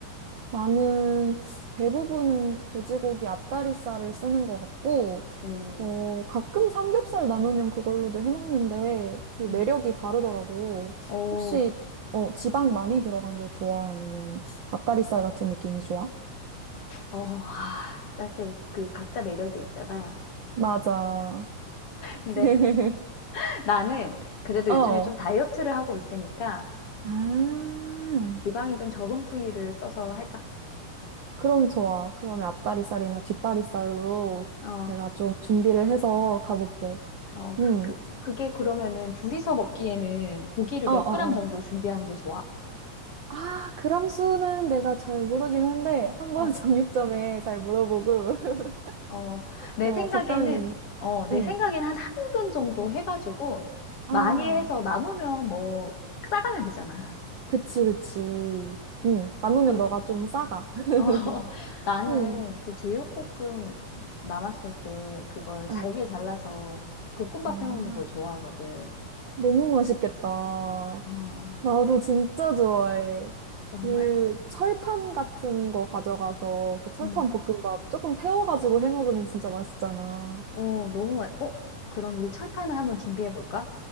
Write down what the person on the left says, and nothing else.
어,
응.
어,
어, 아, 사실 그 각자 매력이 있잖아.
근데
<laughs> 나는 그래도
요즘에 좀 다이어트를 하고 있으니까,
지방이 좀 적은 부위를 써서 할까?
어,
어,
그, 그게 그러면은 둘이서 먹기에는 고기를
몇 그램 정도 준비하는 게 좋아?
어.
어, 내
생각에는,
어, 내
생각에는 한 한근 정도 해가지고,
많이 해서 남으면 뭐, 싸가면 되잖아.
그,
어, <laughs> 나는
그 제육볶음 남았을 때 그걸 잘게
잘라서 볶음밥
해 먹는 걸 좋아하거든.
어,
정말?
음,
어, 너무, 맛- 어, 그럼 우리 철판을 한번 준비해 볼까?